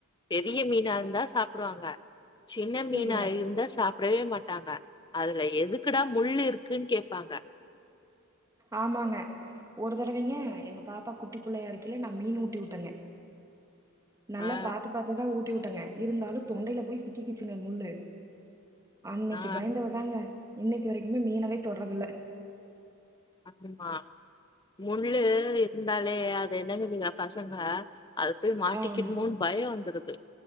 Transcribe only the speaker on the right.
சேரிங்க
ஆமாங்க ஒரு தடவைங்க எங்க பாப்பா குட்டி பிள்ளையா இருக்கைல நா மீன் ஊட்டி விட்டேங்க நல்லா
பாத்து பாத்து தா ஊட்டி விட்டங்க இருந்தாலும் தொண்டையில போய் சிக்கிக்கிச்சுங்க முள்ளு அன்னக்கி
பயந்தவ தாங்க இன்னைக்கு வரைக்குமே மீனவே தொட்றதில்ல
ஆமா